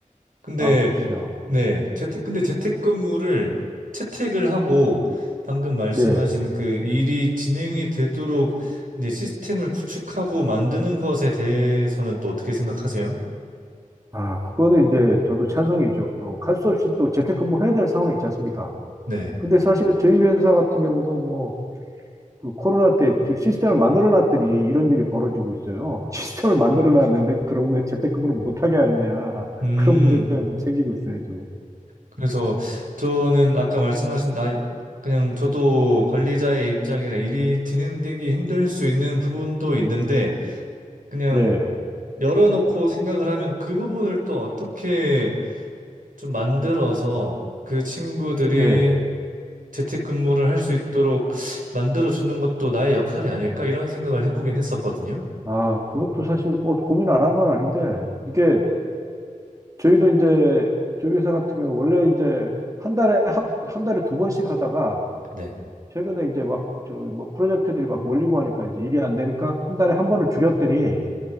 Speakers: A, on the right; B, on the right.
A: 근데,
B: 아, 그죠.
A: 네, 재택, 근데 재택근무를 채택을 하고 방금 말씀하신
B: 네.
A: 그 일이 진행이 되도록 이제 시스템을 구축하고 만드는 것에 대해서는 또 어떻게 생각하세요?
B: 아, 그거는 이제 저도 찬성이죠. 갈 수 없이 또 재택근무 해야 될 상황이 있지 않습니까?
A: 네.
B: 근데 사실은 저희 회사 같은 경우도 뭐 그 코로나 때 즉 시스템을 만들어 놨더니 이런 일이 벌어지고 있어요. <laughs> 시스템을 만들어 놨는데 그럼 왜 재택근무를 못 하게 하느냐
A: 음.
B: 그런 문제가 좀 생기고 있어요 지금.
A: 그래서 저는 아까 말씀하신 나 그냥 저도 관리자의 입장이라 일이 진행되기 힘들 수 있는 부분도 있는데 그냥
B: 네,
A: 열어놓고 생각을 하면 그 부분을 또 어떻게 좀 만들어서 그 친구들이
B: 예.
A: 재택근무를 할 수 있도록 만들어 주는 것도 나의 역할이 아닐까 이런 생각을 해보긴 했었거든요.
B: 아 그것도 사실 뭐 고민 안 한 건 아닌데 이게 저희도 이제 저희 회사 같은 경우 원래 이제 한 달에 한, 한 달에 두 번씩 하다가
A: 네.
B: 최근에 이제 막 저 뭐 프로젝트들이 막 몰리고 하니까 이제 일이 안 되니까 한 달에 한 번을 줄였더니